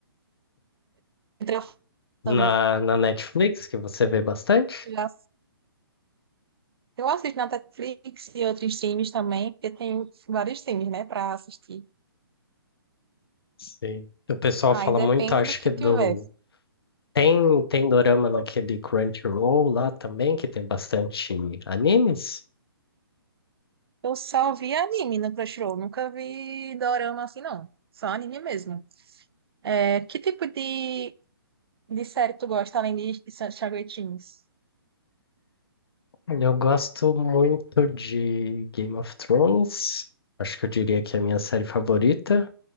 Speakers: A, on the right; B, on the left.
A: Entra
B: Na,
A: também.
B: na Netflix, que você vê bastante?
A: Já Eu assisto na Netflix e outros times também, porque tem vários times, né, pra assistir.
B: Sim. O pessoal
A: Aí
B: fala
A: depende
B: muito, acho
A: do que
B: que é do
A: tiver.
B: Tem, tem dorama naquele Crunchyroll lá também, que tem bastante animes.
A: Eu só vi anime no Crunchyroll, nunca vi dorama assim, não. Só anime mesmo. É, que tipo de, de série tu gosta, além de Shaggy Teens?
B: Olha, Eu gosto muito de Game of Thrones. Acho que eu diria que é a minha série favorita.